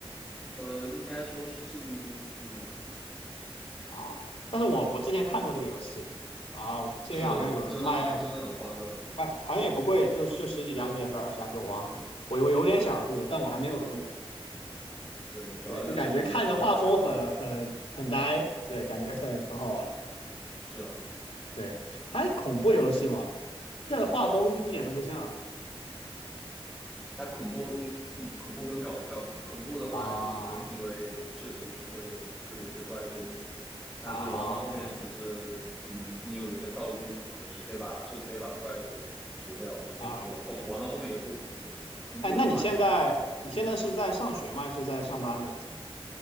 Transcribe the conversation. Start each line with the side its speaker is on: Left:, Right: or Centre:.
Centre: 呃，应该说是致命公司那种，
Left: 啊，但是我我之前看过这个游戏啊，这边好像有卖
Centre: 是真的很真的很欢乐。
Left: 卖，好像也不贵，就就十几加币还是二十加币，我忘了。我我有点想入，
Centre: 对
Left: 但我还没有入。
Centre: 对，主要就是得找一些朋友玩。
Left: 对，就感觉看着画风很很很呆，对，感觉很很好玩。
Centre: 是啊，
Left: 对，它恐怖游戏嘛，这画风一点都不像啊。
Centre: 它恐怖因嗯恐怖更搞笑嘛，恐怖的话就是因为确实是会有会有一些怪追你，
Left: 啊
Centre: 但是玩到后面其实你你有一些道具什么的，
Left: 啊，OK
Centre: 是可以把是可以把怪给除掉的，所以说后玩到后面也不恐怖了。
Left: 啊，
Centre: 恐怖的话就是
Left: 哎，那你现在你现在是在上学吗？还是在上班了已经？